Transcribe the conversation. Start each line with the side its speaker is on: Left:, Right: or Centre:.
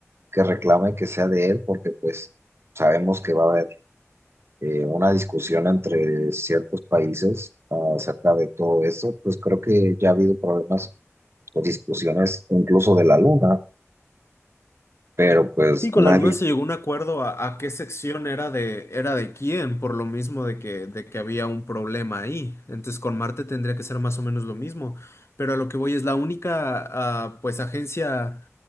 Right: que reclame que sea de él, porque pues sabemos que va a haber eh, una discusión entre ciertos países acerca de todo esto, pues creo que ya ha habido problemas o discusiones incluso de la Luna, pero pues
Left: Sí, con
Right: nadie,
Left: la Luna se llegó a un acuerdo a, a qué sección era de, era de quién, por lo mismo de que, de que había un problema ahí. Entonces con Marte tendría que ser más o menos lo mismo. Pero a lo que voy es la única ah, pues agencia